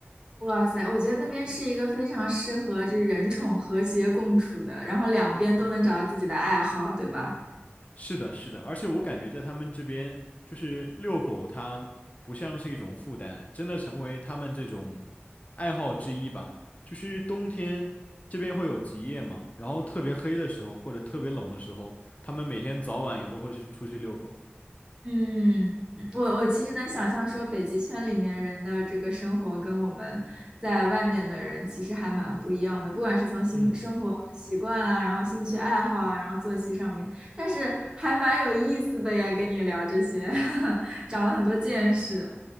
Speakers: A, on the right; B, on the left.
A: 哇塞，我觉得那边是一个非常适合这人宠和谐共处的，然后两边都能找到自己的爱好，对吧？
B: 是的，是的，而且我感觉在他们这边，就是遛狗，它不像是一种负担，真的成为他们这种爱好之一吧。就是冬天这边会有极夜嘛，然后特别黑的时候或者特别冷的时候，他们每天早晚也都会去出去遛狗。
A: 嗯，我我其实能想象说，北极圈里面人的这个生活跟我们在外面的人其实还蛮不一样的，不管是从新生活习惯啊，
B: 嗯
A: 然后兴趣爱好啊，然后作息上面，但是还蛮有意思的呀，跟你聊这些，<laughs> 长了很多见识。